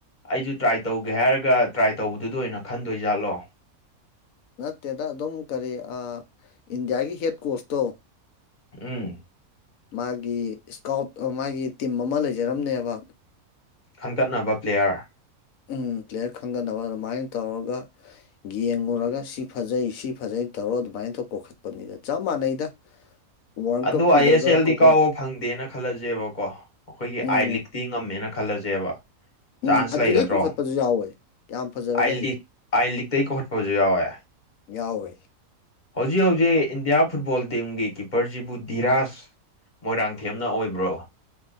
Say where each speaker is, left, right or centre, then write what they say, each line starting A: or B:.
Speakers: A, on the left; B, on the left.
A: ꯑꯩꯁꯨ ꯇ꯭ꯔꯥꯏ ꯇꯧꯒꯦ ꯍꯥꯏꯔꯒ ꯇ꯭ꯔꯥꯏ ꯇꯧꯕꯗꯨꯗ ꯑꯣꯏꯅ ꯈꯟꯗꯣꯏꯖꯥꯠꯂꯣ
B: ꯅꯠꯇꯦꯗ ꯑꯗꯨꯝ ꯀꯔꯤ ꯑ ꯏꯟꯗꯤꯌꯥꯒꯤ ꯍꯦꯠ ꯀꯣꯆꯇꯣ
A: ꯎꯝ
B: ꯃꯥꯒꯤ ꯏꯁꯀꯥꯎꯠ ꯃꯥꯒꯤ ꯇꯤꯝ ꯑꯃ ꯂꯩꯖꯔꯝꯅꯦꯕ
A: ꯈꯟꯒꯠꯅꯕ ꯄ꯭ꯂꯦꯌꯥꯔ
B: ꯑꯝ ꯄ꯭ꯂꯦꯌꯔ ꯈꯟꯒꯠꯅꯕ ꯑꯗꯨꯃꯥꯏꯅ ꯇꯧꯔꯒ ꯌꯦꯡꯉꯨꯔꯒ ꯁꯤ ꯐꯖꯩ ꯁꯤ ꯐꯖꯩꯅ ꯇꯧꯔ ꯑꯗꯨꯃꯥꯏꯅ ꯀꯧꯈꯠꯄꯅꯤꯗ ꯆꯞ ꯃꯥꯟꯅꯩꯗ <inaudible>
A: ꯑꯗꯣ
B: ꯀꯞꯀꯤꯗꯒ
A: ꯑꯥꯏ ꯑꯦꯁ ꯑꯦꯜꯗꯤ
B: ꯀꯧꯈꯠ
A: ꯀꯥꯎꯕ ꯐꯪꯗꯦꯅ ꯈꯜꯂꯖꯦꯕꯀꯣ ꯑꯩꯈꯣꯏꯒꯤ
B: ꯎꯝ
A: ꯑꯥꯏ ꯂꯤꯛ ꯄꯤ ꯉꯝꯃꯦꯅ ꯈꯜꯂꯖꯦꯕ
B: ꯎꯝ
A: ꯆꯥꯟꯁ
B: ꯑꯗꯨꯗꯩ
A: ꯂꯩꯒꯗ꯭ꯔꯣ
B: ꯀꯧꯈꯠꯄꯁꯨ ꯌꯥꯎꯋꯦ ꯌꯥꯝ ꯐꯖꯔꯒꯗꯤ
A: ꯑꯥꯏ ꯂꯤꯛ ꯑꯥꯏ ꯂꯤꯛꯇꯩ ꯀꯧꯈꯠꯄꯁꯨ ꯌꯥꯎꯋꯦ꯫
B: ꯌꯥꯎꯋꯦ꯫
A: ꯍꯧꯖꯤꯛ ꯍꯧꯖꯤꯛ ꯏꯟꯗꯤꯌꯥ ꯐꯨꯠꯕꯣꯜ ꯇꯤꯝꯒꯤ ꯀꯤꯞꯄꯔꯁꯤꯕꯨ ꯙꯤꯔꯥꯥꯁ ꯃꯣꯏꯔꯥꯡꯊꯦꯝꯅ ꯑꯣꯏꯕ꯭ꯔꯣ